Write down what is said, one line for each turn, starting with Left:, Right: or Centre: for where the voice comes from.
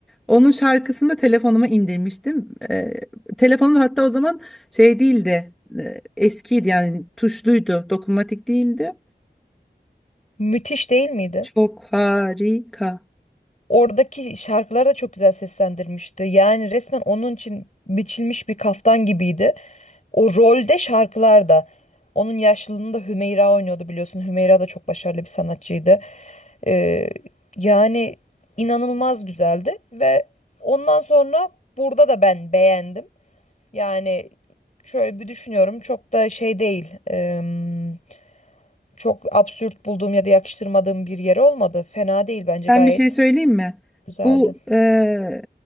Centre: Onun şarkısını da telefonuma indirmiştim. Ee, telefonum da hatta o zaman şey değildi. e, eskiydi yani tuşluydu. Dokunmatik değildi.
Left: Müthiş değil miydi?
Centre: Çok harika.
Left: Oradaki şarkıları da çok güzel seslendirmişti. Yani resmen onun için biçilmiş bir kaftan gibiydi. O rolde şarkılar da. Onun yaşlılığında Hümeyra oynuyordu biliyorsun. Hümeyra da çok başarılı bir sanatçıydı. Ee, yani inanılmaz güzeldi ve ondan sonra burada da ben beğendim. Yani şöyle bir düşünüyorum çok da şey değil. em, çok absürt bulduğum ya da yakıştırmadığım bir yeri olmadı. Fena değil bence
Centre: Ben
Left: gayet
Centre: bir şey söyleyeyim mi?
Left: güzeldi.
Centre: Bu e,